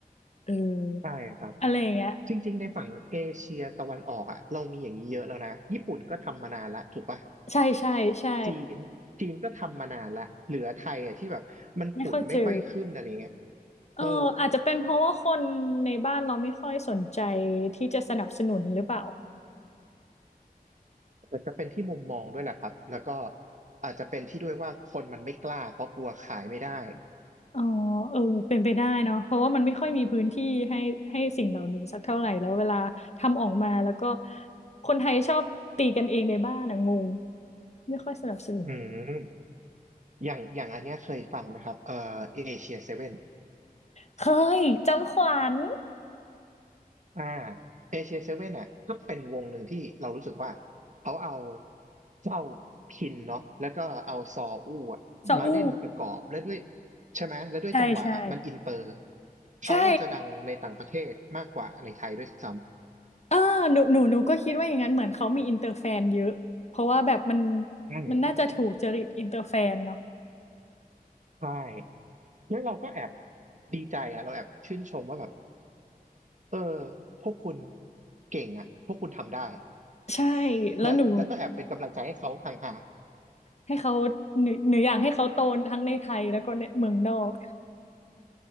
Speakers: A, on the left; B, on the right.
A: เออ
B: ใช่ครับ
A: อะไรอย่างเงี้ย
B: จริงๆในฝั่งเอเชียตะวันออกอ่ะเรามีอย่างนี้เยอะแล้วนะญี่ปุ่นก็ทำมานานละถูกป่ะ
A: ใช่ใช่ใช่
B: จีนจีนก็ทำมานานละเหลือไทยอ่ะที่แบบมันขุนไม่ค่อยขึ้นอะไรเงี้ย
A: ไม่ค่อยเจอ เอออาจจะเป็นเพราะว่าคนในบ้านเราไม่ค่อยสนใจ
B: เออ
A: ที่จะสนับสนุนหรือเปล่า
B: อาจจะเป็นที่มุมมองด้วยแหละครับแล้วก็อาจจะเป็นที่ด้วยว่าคนมันไม่กล้าเพราะกลัวขายไม่ได้
A: อ๋อเออเป็นไปได้เนาะเพราะว่ามันไม่ค่อยมีพื้นที่ให้ให้สิ่งเหล่านี้สักเท่าไหร่แล้วเวลาทำออกมาแล้วก็คนไทยชอบตีกันเองในบ้านอะงงไม่ค่อยสนับสนุน
B: อืม อย่างอย่างอันเนี้ยเคยฟังไหมครับเอ่อเอเชียเซเว่น
A: เคยจำขวัญ
B: อ่าเอเชียเซเว่นอ่ะก็เป็นวงหนึ่งที่เรารู้สึกว่าเขาเอาเข้าพินเนาะแล้วก็เอาซออู้อะมาเล่นประกอบแล้วด้วย
A: ซาอู
B: ใช่ไหมแล้วด้วยจังหวะมันอินเตอร์
A: ใช่ใช่
B: เขาอาจจะดังในต่างประเทศมากกว่าในไทยด้วยซ้
A: ใช่เออหนูหนูหนูก็คิดว่าอย่างนั้นเหมือนเขามีอินเตอร์แฟนเยอะเพราะว่าแบบมัน
B: ำใช่
A: มันน่าจะถูกจริตอินเตอร์แฟนเนาะ
B: ใช่แล้วเราก็แอบดีใจอ่ะเราแอบชื่นชมว่าแบบเออพวกคุณเก่งอ่ะพวกคุณทำได้
A: ใช่แล้วหนู
B: แล้วแล้วก็แอบเป็นกำลังใจให้เขาห่างๆ
A: ให้เขาหนูหนูอยากให้เขาโตทั้งในไทยแล้วก็ในเมืองนอก